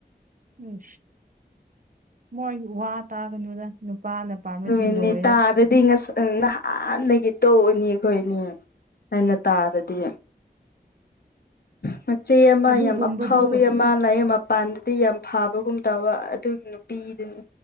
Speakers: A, on the right; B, on the left.
A: ꯎ ꯃꯣꯏ ꯋꯥ ꯇꯥꯒꯅꯨꯗ ꯅꯨꯄꯥꯅ ꯄꯥꯝꯔꯗꯤ
B: ꯑꯗꯨ ꯏꯅꯤ
A: ꯂꯣꯏꯔꯦ
B: ꯇꯥꯔꯗꯤ ꯅꯍꯥꯟꯗꯒꯤ ꯇꯧꯅꯤ ꯑꯩꯈꯣꯏꯅꯦ ꯍꯥꯏꯅ ꯇꯥꯔꯗꯤ ꯃꯆꯩ ꯑꯃ
A: ꯑꯗꯨꯒꯨꯝꯕꯗꯨ
B: ꯌꯥꯝ ꯑꯐꯥꯎꯕꯤ ꯑꯃ ꯂꯥꯏꯌꯦꯡ ꯃꯄꯥꯟ ꯑꯗꯤ ꯌꯥꯝ ꯐꯥꯕꯒꯨꯝ ꯇꯕ ꯑꯗꯨꯒꯤ ꯅꯨꯄꯤꯗꯨꯅꯤ